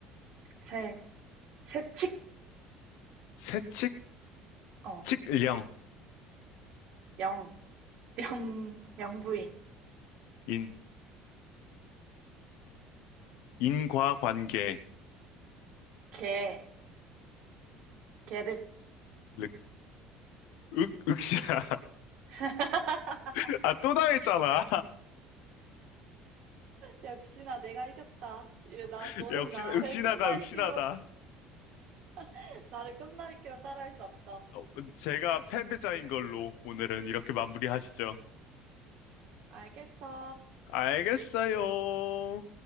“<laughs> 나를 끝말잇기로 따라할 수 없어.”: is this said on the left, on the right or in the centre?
Right